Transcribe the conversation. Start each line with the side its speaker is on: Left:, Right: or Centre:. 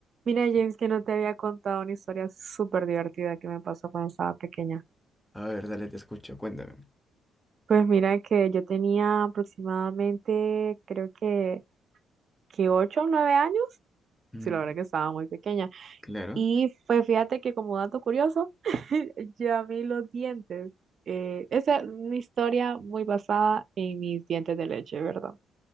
Right: Mira, James, que no te había contado una historia súper divertida que me pasó cuando estaba pequeña.
Centre: A ver, dale, te escucho, cuéntame.
Right: Pues mira que yo tenía aproximadamente, creo que, que 8 o 9 años.
Centre: Mm,
Right: Sí, la verdad que estaba muy pequeña.
Centre: claro.
Right: Y pues fíjate que como dato curioso, <laughs> yo a mí los dientes, eh, esa es una historia muy basada en mis dientes de leche, ¿verdad?